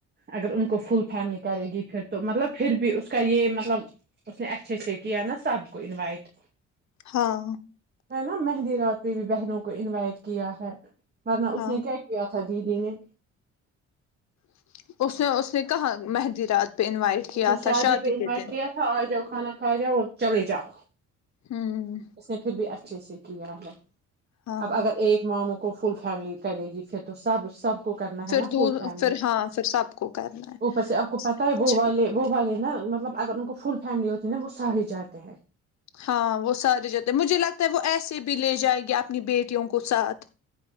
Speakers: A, on the right; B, on the left.
A: اگر ان کو فل فیملی کرے گی پھر تو مطلب پھر بھی اس کا یہ مطلب اس نے اچھے سے کیا نا سب کو انوائٹ
B: ہاں
A: ہے نا مہدیرات اپنی بھی بہنوں کو انوائٹ کیا ہے ورنہ اس
B: ہاں
A: نے کیا کیا تھا جی گنے
B: <unintelligible> اس نے اس نے کہا مہندی رات پہ انوائٹ کیا
A: اس نے شادی
B: تھا
A: پہ انوائٹ
B: کے دن
A: کیا تھا آ جاؤ کھانا کھا جاؤ اور چلے جاؤ
B: ہوں
A: اس نے پھر بھی اچھے سے ھیک ہے نے
B: ہاں
A: اب اگر
B: ہاں
A: ایک موں کو فل فیملی کرے گی پھر تو سب سب کو کرنا ہے
B: پھر
A: نا فل فیملی
B: پھر ہاں پھر سب کو کرنا ہے
A: اوپر سے آپ کو پتا ہے
B: اچھا
A: وہ والے وہ نا مطلب اگر ان کو فل فیملی ہوتی ہے نا وہ سار ہی جاتے ہیں
B: ہاں وہ سارے جتے ہیں مجھے لگتا وہ ایسے بھی لے جائے گی اپنی بیٹیوں کو ساتھ